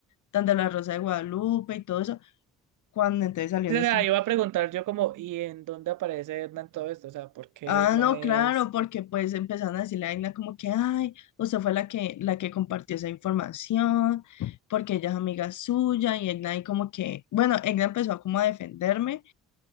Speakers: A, on the left; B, on the right.
A: tan de la Rosa de Guadalupe y todo eso, cuando entonces salió
B: Sí,
A: nuestra...
B: O sea, iba a preguntar yo como, ¿y en dónde aparece Edna en todo esto? O sea, ¿por qué
A: Ah,
B: Edna
A: no,
B: es...?
A: claro, porque pues empezaron a decirle a Aina como que, ay, usted fue la que, la que compartió esa información, porque ella es amiga suya, y Aina ahí como que, bueno, Aina empezó como a defenderme,